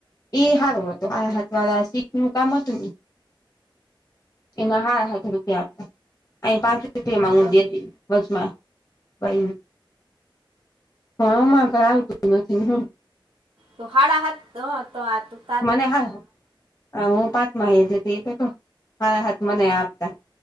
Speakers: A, on the left; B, on the right.
A: ઈ સારું હતું આથવા સીખ નું કામ હતું ને. એમાં હા હાજ રૂપિયા આપ અહી પાંચ રૂપિયામાં
B: એ તો
A: ઊ દે હતી. વજમાં ભાઈ હામાં કઈ આવતું નથી હું.
B: તો હાડા હા તો આ હતું
A: મને હા અ હું પાંચ માહ જ હતી એ તો હાડા હાથ મને આપતા